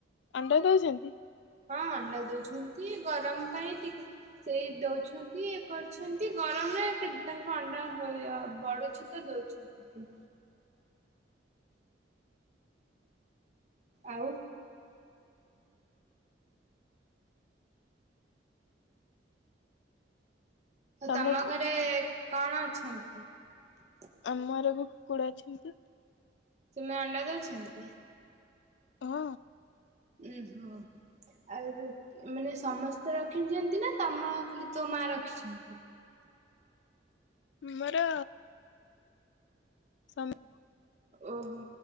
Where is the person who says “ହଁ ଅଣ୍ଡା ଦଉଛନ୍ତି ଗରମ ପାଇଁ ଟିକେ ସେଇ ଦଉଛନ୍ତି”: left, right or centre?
Right